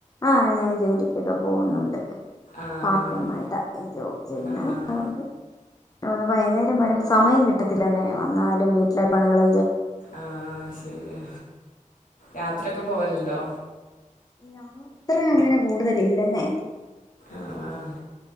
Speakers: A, on the left; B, on the left.
A: ആഹ ഞാൻ ജോലിക്കൊക്കെ പോകുന്നുണ്ട്
B: ആഹ്
A: പാർടൈം ആയിട്ട് ഈ ജോബ് ചെയ്യണ്
B: ആഹ്
A: അതുകൊണ്ട് <unintelligible> വൈയ്യ്ന്നേരം വരുമ്പോ സമയം കിട്ടത്തില്ലെന്നെ വന്നാലും വീട്ടിലെ പണികള്
B: ആഹ് ആഹ് ശെരിയാ യാത്രയൊക്കെ പോവൽണ്ടോ
A: യാത്ര അങ്ങന കൂട്തലില്ലന്നേ
B: ആഹ് ആഹ്